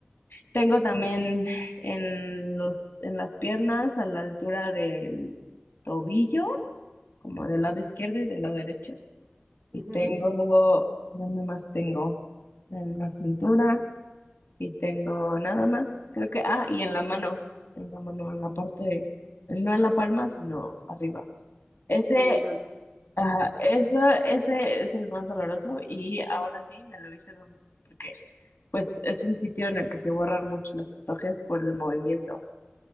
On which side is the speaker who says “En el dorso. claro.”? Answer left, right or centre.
Right